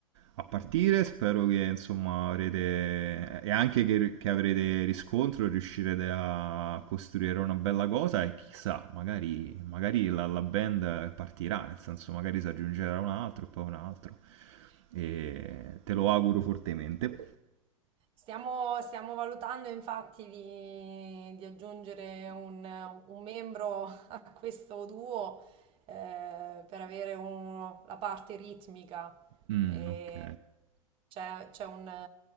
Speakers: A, on the right; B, on the right.
A: a partire. Spero che insomma avrete e anche che, che avrete riscontro, riuscirete a costruire una bella cosa. E chissà, magari, magari la, la band partirà, nel senso, magari si aggiungerà un altro e poi un altro. E te lo auguro fortemente.
B: Stiamo, stiamo valutando infatti di, di aggiungere un, un membro a questo duo eh, per avere un- la parte ritmica.
A: Mm,
B: E
A: ok.
B: c'è c'è un,